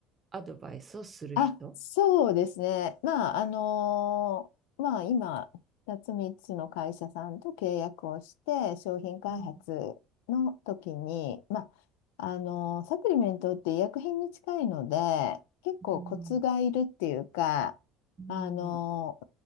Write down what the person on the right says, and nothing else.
アドバイスをする人。
うん、
うん、うん。